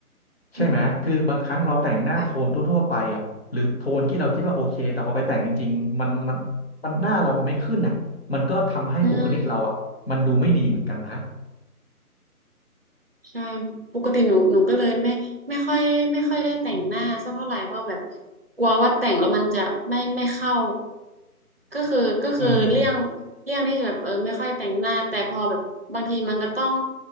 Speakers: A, on the left (about 40°); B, on the right (about 40°).
A: ใช่ไหมคือบางครั้งเราแต่งหน้าโทนทั่วๆไปอ่ะหรือโทนที่เราคิดว่าโอเคแต่พอไปแต่งจริงๆมันมันมันหน้าเรามันไม่ขึ้นอ่ะมันก็ทำให้บุคลิกเราอ่ะมันดูไม่ดีเหมือนกันนะ
B: ืม่อืม ใช่ปกติหนูหนูก็เลยไม่ไม่ค่อยไม่ค่อยได้แต่งหน้าสักเท่าไหร่เพราะแบบกลัวว่าแต่งแล้วมันจะไม่ไม่เข้าก็คือก็คือเลี่ยงเลี่ยงที่จะแบบเออไม่ค่อยแต่งหน้าแต่พอแบบบางทีมันก็ต้อง
A: อืม